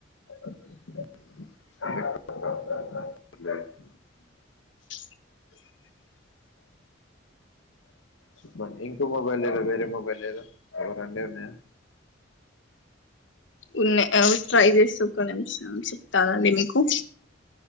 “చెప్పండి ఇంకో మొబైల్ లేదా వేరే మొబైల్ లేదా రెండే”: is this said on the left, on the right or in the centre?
Left